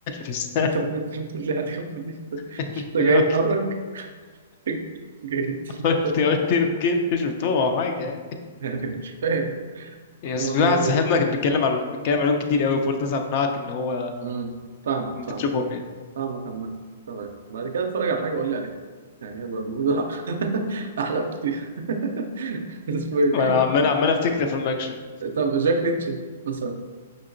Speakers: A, on the left; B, on the right.
A: بس
B: انت بت- بتقول لي عليهم إن انت أنت
A: <laughs> أنا
B: جاي
A: قلت
B: تهرج <laughs> جاي
A: قلت
B: تهرج
A: قلت يمكن شفتهم أو حاجة يعني
B: يعني مش فاهم
A: بس
B: اللي هو
A: في
B: أمال
A: واحد صاحبنا
B: إيه؟
A: كان بيتكلم عن بيتكلم عليهم كتير قوي فقلت أسمع أقنعك إن هو
B: أمم، فاهمك
A: إن أنت
B: فاهمك
A: تشوفهم يعني
B: فاهمك عامة تمام بعد كده اتفرج على حاجة قول لي عليها يعني هيبقى الموضوع <laughs> أحلى بكتير <laughs> اسمه ايه؟
A: وأنا عمال عمال أفتكر أفلام أكشن
B: طب جاك ريتشارد مثلا